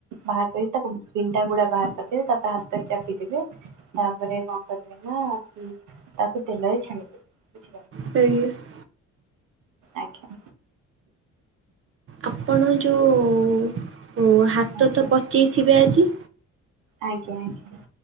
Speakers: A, on the right; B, on the right.
A: ବାହାର କରି ତାକୁ ବିିଣ୍ଡା ଗୁଡା ବାହାର କରିଦେବେ ତାପରେ ହାତରେ ଚାପିଦବେ। ତାପରେ କଣ କରିବେ ନା କି ତାକୁ ତେଲରେ ଛାଣିଦବେ ବୁଝିପ
B: କରଏ <inaudible>
A: ଆଜ୍ଞା।
B: ଆପଣ ଯେଉଁ ହାତ
A: ଆଜ୍ଞା
B: ତ ପଚେଇଥିବେ ଆଜି।
A: ଆଜ୍ଞା ଆଜ୍ଞା।